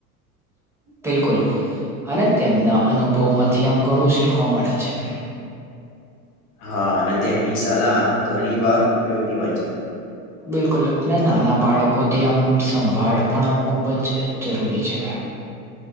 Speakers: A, in the centre; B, on the left.
A: બિલકુલ, અને તેમના અનુભવમાંથી આમ ઘણું શીખવા મળે છે.
B: હા, અને તેમની સલાહ ઘણી વાર ઉપયોગી હોય છે.
A: બિલકુલ, અને નાના બાળકો થી આમ સંભાળ પણ આમ ખૂબ જ જરૂરી છે.